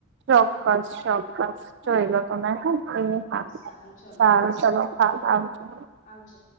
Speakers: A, on the right; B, on the left.
A: ચોક્કસ ચોક. બસ
B: હા
A: જોઈ
B: ને
A: લો તમે હું એ હા
B: સારું ચલો
A: સારું ચલો હા આવજો.
B: આવજો